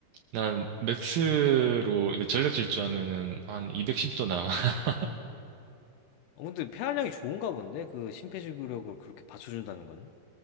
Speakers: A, on the right; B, on the left.
A: 난 맥스로
B: 어.
A: 이렇게 전력 질주하면은 한 210도 나와. <laughs>
B: 어, 근데 폐활량이 좋은가 본데? 그 심폐지구력을 그렇게 받쳐준다는 건?